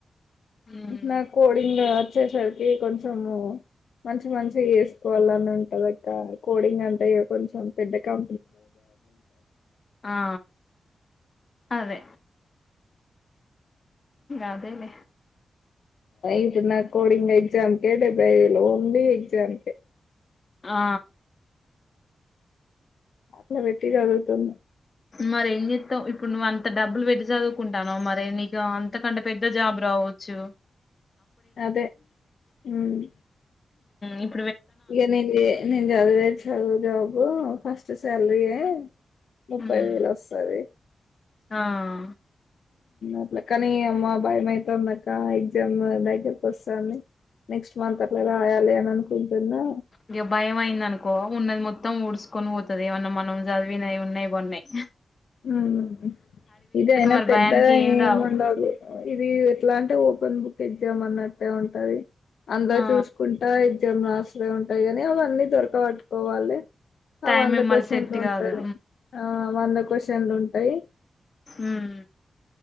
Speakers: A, on the left (about 40°); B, on the left (about 80°).
A: ఉమ్.
B: నాక్ కోడింగ్ వచ్చేసారికి కోడి కొంచెము మంచి మంచిగా చేసుకోవాలని ఉంటాది అక్క కోడింగ్ అంటే ఇక కొంచెం పెద్ద క
A: ఆ అదే అదేలే
B: ఇప్పుడు నా కోడింగ్ ఎగ్జామ్ కే డెబ్బై లో ఉండి ఎగ్జామ్ కే
A: ఆ
B: అల్టా బెట్టి చదువుతున్నా
A: మరి ఏం చెస్తావ్ ఇప్పుడు నువ్వు అంత డబ్బులు పెట్టి చదువుకుంటాన్నావ్ మరి నీకు అంతకంటే పెద్ద జాబ్ రావొచ్చు
B: అదే ఉమ్
A: ఉమ్
B: ఇక నేను నేను చదివే చదువు జాబ్ ఫస్ట్ శా ఇలాగే ముప్పై
A: మ్మ్
B: వేలు వస్తది
A: ఆ
B: అట్లా కాని అమ్మ భయం అయితాంది అక్క ఎగ్జామ్ దగ్గరకు వస్తంది నెస్ట్ మంతర్ల రాయాలి అని అనుకుంటున్నా
A: ఇక భయం అయింది అనుకో ఉన్నది మొత్తం మొత్తం ఊడ్సుకొని పోతది ఏమన్నా మనం చదివిన్నాయి ఉన్నాయి బొన్నాయి
B: ఉమ్ ఇది అయినా
A: మరి
B: పెద్దగా
A: భయానికి ఏం
B: ఏమిండదు
A: రావు
B: ఇది ఎట్లా అంటే ఓపెన్ బుక్ ఎగ్జామ్ అన్నట్టు అట్టే ఉంటాది అంద
A: ఆ
B: చూసుకుంటా ఎగ్జామ్స్ రాసలే ఉంట అవిగాని అవి అన్నీ దొరకబట్టుకోవాలి ఆ
A: టైం
B: వంద క్వషన్స్
A: మళ్ళీ సెట్
B: ఉంటంది
A: కాదు
B: ఆ వంద క్వషన్లు ఉంటాయి
A: మ్మ్